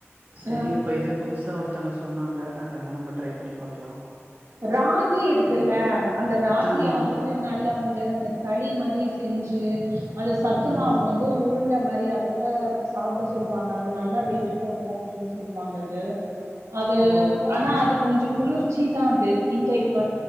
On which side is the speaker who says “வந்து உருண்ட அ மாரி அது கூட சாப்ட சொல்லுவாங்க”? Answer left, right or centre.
Right